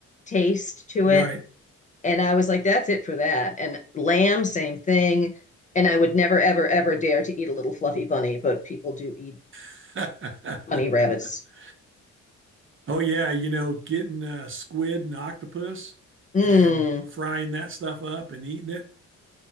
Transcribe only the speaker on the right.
Right.
<laughs>
Oh yeah, you know, getting uh, squid and octopus
and frying that stuff up and eating it.